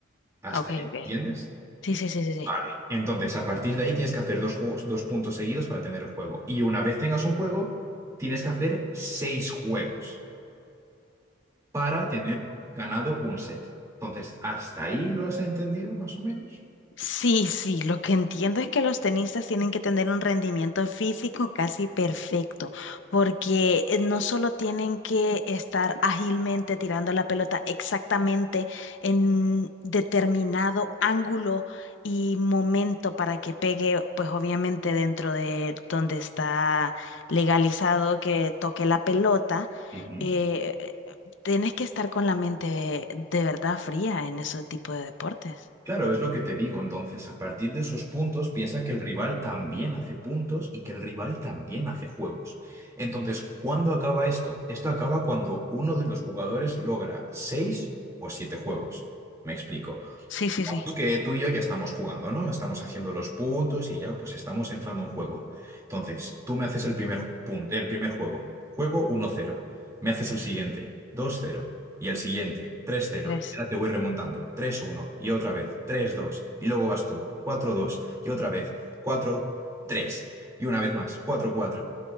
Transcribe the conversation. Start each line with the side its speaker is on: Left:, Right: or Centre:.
Right: ¿Hasta
Left: Ok,
Right: ahí
Left: ok.
Right: entiendes?
Left: Sí, sí, sí, sí, sí.
Right: Vale. Entonces, a partir de ahí tienes que hacer dos juegos, dos puntos seguidos para tener el juego. Y una vez tengas un juego, tienes que hacer seis juegos para tener ganado un set. Entonces, ¿hasta ahí lo has entendido, más o menos?
Left: Sí, sí, lo que entiendo es que los tenistas tienen que tener un rendimiento físico casi perfecto, porque eh, no solo tienen que estar ágilmente tirando la pelota exactamente en determinado ángulo y momento para que pegue, pues obviamente dentro de donde está legalizado que toque la pelota,
Right: Ujú.
Left: eh, tienes que estar con la mente de verdad fría en ese tipo de deportes.
Right: Claro, es lo que te digo. Entonces, a partir de esos puntos, piensa que el rival también hace puntos y que el rival también hace juegos. Entonces, ¿cuándo acaba esto? Esto acaba cuando uno de los jugadores logra seis o siete juegos. Me explico.
Left: Sí, sí, sí.
Right: Pues que tú y yo ya estamos jugando, ¿no? Estamos haciendo los puntos y ya pues estamos entrando en juego. Entonces, tú me haces el primer punto, el primer juego. Juego uno cero. Me haces el siguiente, dos cero Y el siguiente, tres cero.
Left: Tres.
Right: Y ahora te voy remontando, tres uno Y otra vez, tres dos Y luego vas tú, cuatro dos Y otra vez, cuatro tres Y una vez más, cuatro cuatro